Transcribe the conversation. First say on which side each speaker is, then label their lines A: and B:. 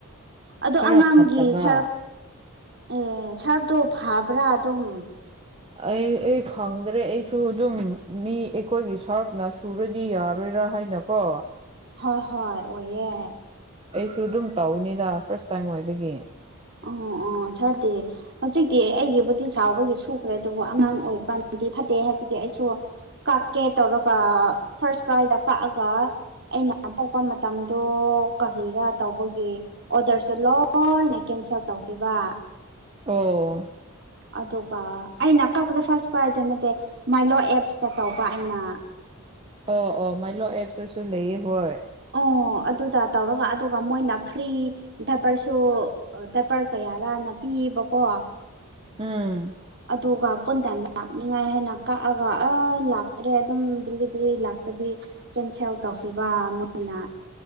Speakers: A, on the right (about 50°); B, on the right (about 25°).
A: ꯑꯗꯣ
B: ꯈꯔ
A: ꯑꯉꯥꯡꯒꯤ
B: ꯐꯠꯇꯕ
A: ꯁꯔꯞ ꯑꯦ ꯁꯔꯞꯇꯣ ꯐꯕ꯭ꯔꯥ ꯑꯗꯨꯝ
B: ꯑꯩ ꯑꯩ ꯈꯪꯗ꯭ꯔꯦ ꯑꯩꯁꯨ ꯑꯗꯨꯝ ꯃꯤ ꯑꯩꯈꯣꯏꯒꯤ ꯁꯥꯔꯐꯅ ꯁꯨꯔꯗꯤ ꯌꯥꯔꯣꯏꯔꯥ ꯍꯥꯏꯅ ꯀꯣ
A: ꯍꯣꯏ ꯍꯣꯏ ꯑꯣꯏꯌꯦ
B: ꯁꯨ ꯑꯗꯨꯝ ꯇꯧꯅꯤꯗ ꯐꯥꯔꯁ ꯇꯥꯏꯝ ꯑꯣꯏꯕꯒꯤ
A: ꯑꯣ ꯑꯣ ꯁꯔꯗꯦ ꯍꯧꯖꯤꯛꯇꯤ ꯑꯩꯒꯤꯕꯨꯗꯤ ꯁꯥꯎꯕꯒꯤ ꯁꯨꯈ꯭ꯔꯦ ꯑꯗꯨꯕꯨ ꯑꯉꯥꯡ ꯑꯣꯏꯕ ꯀꯥꯟꯗꯗꯤ ꯐꯠꯇꯦ ꯍꯥꯏꯕꯒꯤ ꯑꯩꯁꯨ ꯀꯛꯀꯦ ꯇꯧꯔꯒ ꯐꯥꯔꯁ ꯀ꯭ꯔꯥꯏꯗ ꯀꯛꯑꯒ ꯑꯩꯅ ꯄꯣꯛꯄ ꯃ ꯇꯝꯗꯣ ꯀꯔꯤꯔꯥ ꯇꯧꯕꯒꯤ ꯑꯣꯗꯔꯁꯨ ꯂꯣꯏꯅ ꯀꯦꯟꯁꯦꯜ ꯇꯧꯈꯤꯕ
B: ꯑꯣ
A: ꯑꯗꯨꯒ ꯑꯩꯅ ꯀꯛꯄꯗ ꯐꯥꯔꯁ ꯄ꯭ꯔꯥꯏꯇ ꯅꯠꯇꯦ ꯃꯥꯏꯂꯣ ꯑꯦꯞꯁꯇ ꯇꯧꯄ ꯑꯩꯅ
B: ꯑꯣ ꯑꯣ ꯃꯥꯏꯂꯣ ꯑꯦꯞꯇꯁꯨ ꯂꯩꯌꯦ ꯍꯣꯏ
A: ꯑꯣ ꯑꯗꯨꯗ ꯇꯧꯔꯒ ꯑꯗꯨꯒ ꯃꯣꯏꯅ ꯐ꯭ꯔꯤ ꯗꯕꯔꯁꯨ ꯗꯔꯄꯔ ꯀꯌꯥꯔꯥꯅ ꯄꯤꯕꯀꯣ
B: ꯎꯝ
A: ꯑꯗꯨꯒ ꯄꯟꯇꯥ ꯂꯥꯛꯅꯤꯡꯉꯥꯏ ꯍꯥꯏꯅ ꯀꯛꯑꯒ ꯑ ꯂꯥꯛꯇ꯭ꯔꯦ ꯑꯗꯨꯝ ꯗꯦꯂꯤꯚꯔꯤ ꯂꯥꯛꯇꯕꯤ ꯀꯦꯟꯁꯦꯜ ꯇꯧꯈꯤꯕ ꯃꯣꯏꯅ